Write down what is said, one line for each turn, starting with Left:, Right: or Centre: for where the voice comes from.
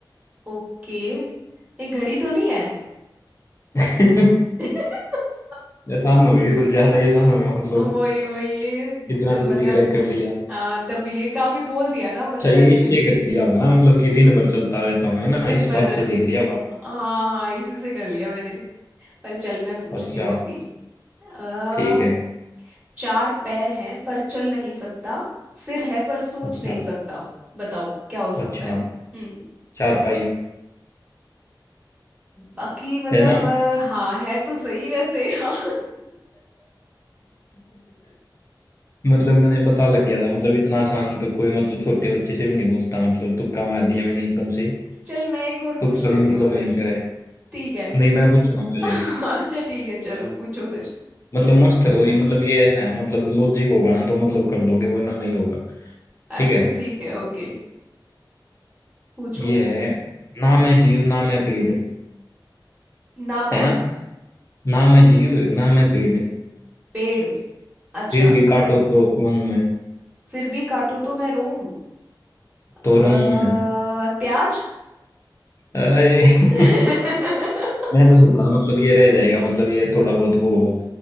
Right: ओके ये घड़ी तो नहीं है
Left: <laughs>
Right: <laughs>
Left: आसान हो गया ये तो ज्यादा ही आसान हो गया मतलब
Right: वही वही ये ज-
Left: इतना जल्दी
Right: मतलब
Left: क्रैक कर लिया
Right: आ, तभी ये काफी बोल दिया ना मतलब
Left: अच्छा ये
Right: ऐसे
Left: इससे कर लिया होगा ना मतलब कि दिन भर चलता रहता हूँ है ना
Right: दिन
Left: इस
Right: भर
Left: बात से देख लिया होगा
Right: हाँ हाँ इसी से कर लिया मैंने पर चल मैं पूछती
Left: आपने। अच्छा
Right: हूँ अभी अ
Left: ठीक है
Right: चार पैर हैं पर चल नहीं सकता सिर है पर सोच
Left: अच्छा
Right: नहीं सकता बताओ क्या हो सकता
Left: अच्छा
Right: है हम्म
Left: चारपाई
Right: बाकी मतलब
Left: है ना
Right: अ, हाँ है तो सही वैसे हाँ
Left: मतलब मैंने पता लग गया था मतलब इतना आसान तो कोई मतलब छोटे बच्चे से भी नहीं पूछता मतलब तुक्का मार दिया मैंने एकदम से
Right: चल मैं एक और पूछ
Left: तुक्का
Right: लेती
Left: भी मतलब
Right: हूँ फिर
Left: भयंकर है
Right: ठीक है
Left: नहीं मैं पूछूंगा पहले
Right: <laughs> अच्छा ठीक है चलो पूछो फिर
Left: मतलब मस्त है और ये मतलब ये ऐसा है मतलब लॉजिक होगा ना तो मतलब कर दोगे वरना नहीं होगा
Right: अच्छा
Left: ठीक है
Right: ठीक है ओके पूछो
Left: ये है ना मैं जीव ना मैं पेड़
Right: ना मैं
Left: है ना ना मैं जीव ना मैं पेड़
Right: पेड़ अच्छा
Left: फिर भी काटो तो रोऊं मैं
Right: फिर भी काटो तो मैं रोऊं अ,
Left: तो रोऊं मैं
Right: प्याज
Left: अरे <laughs>
Right: <laughs>
Left: मैं तो सोचा था, मतलब ये रह जाएगा मतलब ये थोड़ा बहुत वो होगा